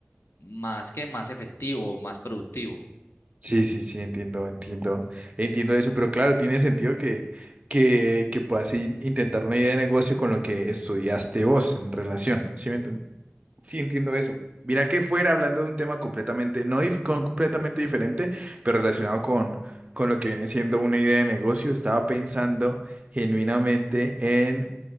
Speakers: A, on the left (about 75°); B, on the right (about 30°).
A: más que más efectivo, más productivo.
B: Sí, sí, sí, entiendo, entiendo. Entiendo eso, pero claro, tiene sentido que, que, que puedas in- intentar una idea de negocio con lo que estudiaste vos en relación. ¿Sí me entiendes? Sí, entiendo eso. Mira que fuera hablando de un tema completamente, no dif- completamente diferente, pero relacionado con, con lo que viene siendo una idea de negocio, estaba pensando genuinamente en